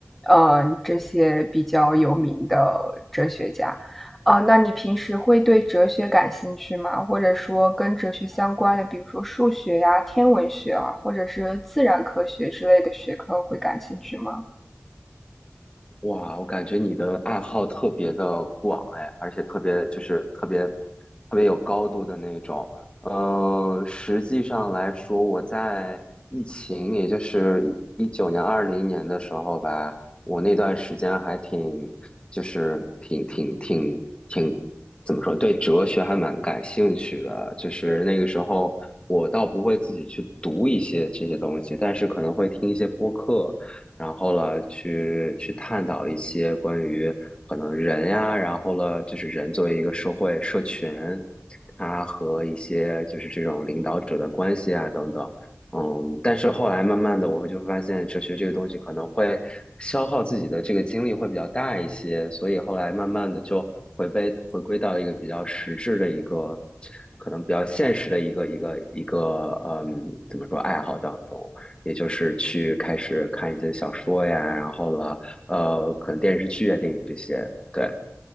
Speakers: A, in the centre; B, on the left (about 20°).
A: 嗯，这些比较有名的哲学家。啊，那你平时会对哲学感兴趣吗？或者说跟哲学相关的，比如说数学呀、天文学啊，或者是自然科学之类的学科会感兴趣吗？
B: 哇，我感觉你的爱好特别的广哎，而且特别就是特别特别有高度的那种。呃，实际上来说，我在疫情，也就是一九年、二零年的时候吧，我那段时间还挺，就是挺挺挺挺，怎么说，对哲学还蛮感兴趣的。就是那个时候，我倒不会自己去读一些这些东西，但是可能会听一些播客。然后了去去探讨一些关于可能人呀，然后了就是人作为一个社会社群，它和一些就是这种领导者的关系啊等等。嗯，但是后来慢慢的，我会就发现哲学这个东西可能会消耗自己的这个精力会比较大一些，所以后来慢慢的就回归回归到一个比较实质的一个，可能比较现实的一个一个一个，嗯，怎么说爱好当中。也就是去开始看一些小说呀，然后了，呃，可能电视剧啊、电影这些。对，